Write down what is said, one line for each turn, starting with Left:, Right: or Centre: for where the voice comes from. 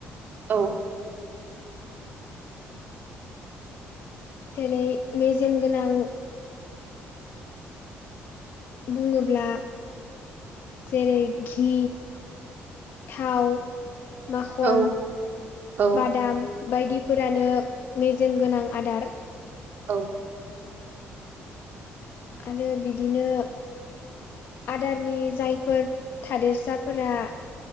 Right: औ
Left: जेरै मेजेम गोनां बुङोब्ला जेरै ि थाव माखन
Right: औ औ
Left: बादाम बायदिफोरानो मेजेम गोनां आदार
Right: औ
Left: आरो बिदिनो आदारनि जायफोर थादेरसाफोरा